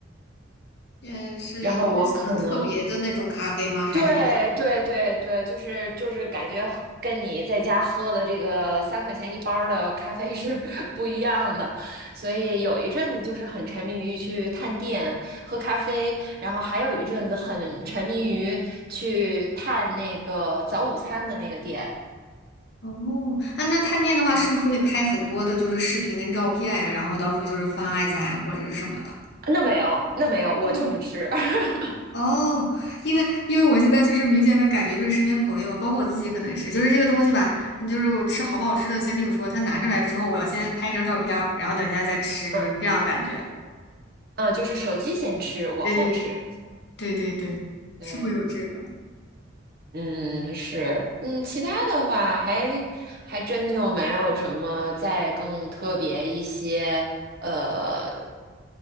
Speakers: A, on the left; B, on the right.
A: 也是是什么特别的那种咖啡吗？
B: 然后我可能
A: 还是说
B: 对对对对，就是就是感觉跟你在家喝的这个三块钱一包的咖啡是 <laughs> 不一样的，所以有一阵子就是很沉迷于去探店喝咖啡，然后还有一阵子很沉迷于去探那个早午餐的那个店。
A: 哦，啊，那探店的话，
B: 嗯，
A: 是不是会拍很多的就是视频跟照片呀？然后到时候就是发一下呀，或者是什么的？
B: 那没有，那没有，我就是吃，
A: 哦，
B: <laughs>
A: 哦，因为因为我现在就是明显的感觉，就是身边朋友，包括我自己，可能是就是这个东西吧，嗯就是我吃好不好吃的先另说，他拿上来之后，我要先拍一张照片儿然后等一下再吃，
B: 嗯
A: 就是这样感觉。
B: 嗯，就是手机先吃，我后吃。
A: 对对对对对对，
B: 对。
A: 是会有这个。
B: 嗯，是，嗯，其他的话还还真就没有什么再更特别一些，呃，